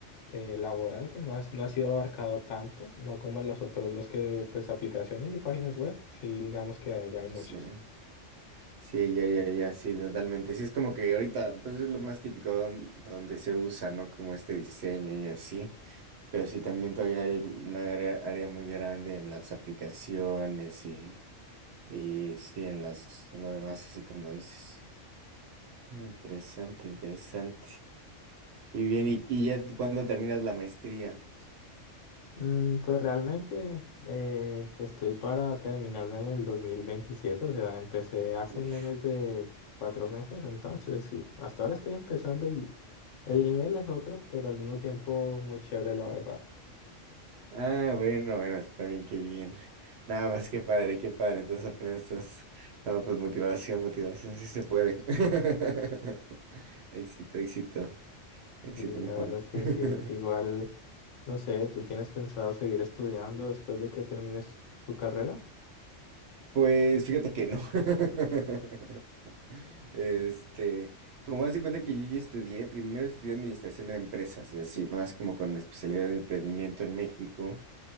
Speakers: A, on the left; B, on the right.
A: eh, laboral que no ha, no ha sido abarcado tanto, no como en los otros dos que, pues, aplicaciones y páginas web, sí, digamos que allá hay muchas.
B: sí. Sí, ya, ya, ya, sí, totalmente. Sí, es como que ahorita, pues es lo más típico don- donde se usa, ¿no? Como este diseño y así. Pero sí, también todavía hay una área, área muy grande en las aplicaciones y, y sí, en las, en lo demás, así como dices. Mm, Interesante, interesante. Y bien, ¿y, y ya tú cuándo terminas la maestría?
A: Mm, pues realmente eh, estoy para terminarla en el dos mil veintisiete o sea, empecé hace
B: Uf.
A: menos de cuatro meses, entonces sí, hasta ahora estoy empezando y el nivel es otro, pero al mismo tiempo muy chévere, la verdad.
B: Ah, bueno, bueno, está bien, qué bien. Nada más, qué padre, qué padre. Entonces apenas estás... No, pues motivación, motivación, sí se puede. <laughs> Éxito, éxito, éxito,
A: Y la
B: mi Juan.
A: verdad es que
B: <laughs>
A: sí, igual, no sé, ¿tú tienes pensado seguir estudiando después de que termines tu tu carrera?
B: Pues fíjate que no. <laughs> Este, como haz de cuenta que yo ya estudié, primero estudié administración de empresas y así, más como con la especialidad de emprendimiento en México